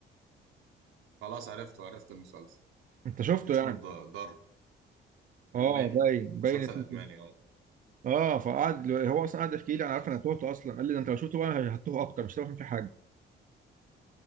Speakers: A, on the right (about 85°); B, on the right (about 45°).
A: خلاص عرفته عرفت المسلسل
B: أنت شفته
A: اسمه
B: يعني
A: دا- دارك
B: اه
A: ألماني
B: باين باين
A: مسلسل
B: اسمه
A: ألماني
B: كده.
A: أه
B: اه فقعد هو اصلا قعد يحكي لي انا
A: مسلسل
B: عارف انا تهت اصلا قال لي ده انت لو شفته بقى هتوه اكتر مش هتعرف فيه حاجه